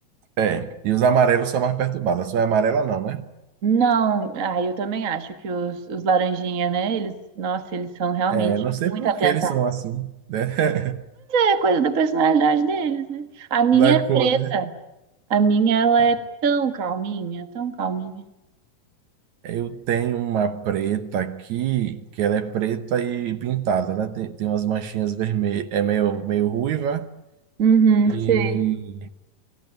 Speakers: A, on the right; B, on the right.
A: É, e os amarelos são mais perturbados. A sua é amarela, não, né?
B: Não, ah, eu também acho que os, os laranjinha, né? Eles, nossa, eles são realmente
A: É, não sei
B: muito
A: por
B: atentados.
A: que eles são assim, né? <laughs>
B: É coisa da personalidade deles, né? A minha
A: Da
B: é preta.
A: cor, né?
B: A minha, ela
A: Ah,
B: é tão calminha, tão calminha.
A: Eu tenho uma preta aqui, que ela é preta e pintada, né? Tem, tem umas manchinhas vermelhas, é meio, meio ruiva
B: Uhum,
A: e,
B: sei.